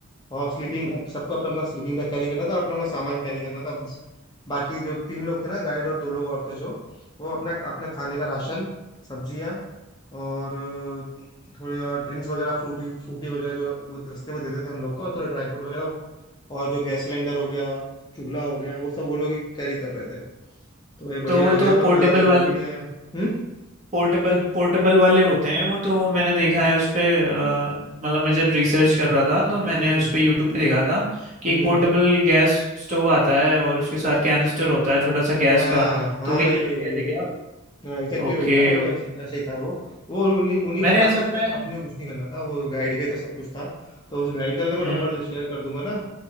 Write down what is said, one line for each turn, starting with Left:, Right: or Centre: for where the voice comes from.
Left: और स्लीपिंग बैग सबको अपना अपना स्लीपिंग बैग कैरी करना था और अपना अपना सामान कैरी करना था बस बाकी जो तीन लोग थे ना गाइड और दो लोग और थे जो वो अपना अपना खाने का राशन सब्जियाँ और अ, थोड़े और ड्रिंक्स वगैरह फ्रूटी फ्रूटी वगैरह जो वो रास्ते में देते थे हम लोग को और थोड़ा ड्राई फ्रूट वगैरह वो और जो गैस सिलेंडर हो गया चूल्हा हो गया वो सब वो लोग ही कैरी कर रहे थे तो भाई बढ़िया
Right: तो वो
Left: रह गया
Right: तो
Left: हम लोग
Right: पोर्टेबल
Left: को ज़्यादा लोड
Right: वाले
Left: भी नहीं आया हम्म
Right: पोर्टेबल पोर्टेबल वाले होते हैं वो तो मैंने देखा है उस पे अ, मतलब मैं जब रिसर्च कर रहा था तो मैंने
Left: हम्म
Right: उस पे यूट्यूब पे देखा था कि
Left: हम्म
Right: एक पोर्टेबल गैस स्टोव आता है और उसके साथ कैनिस्टर होता है छोटा सा गैस
Left: हाँ
Right: का
Left: हाँ
Right: तो वही
Left: वही
Right: कहते
Left: वही वही वही
Right: क्या आप
Left: हाँ एग्जैक्टली
Right: Okay
Left: वही था वो
Right: okay
Left: ऐसे ऐसे ही था वो वो उन्हीं उन्हीं
Right: मैंने
Left: का था
Right: असल
Left: तो उसमें
Right: में
Left: अपने को कुछ नहीं करना था वो गाइड का ही था सब कुछ था तो उस गाइड का मैं तेरे
Right: हम्म
Left: को नंबर दे शेयर कर दूंगा ना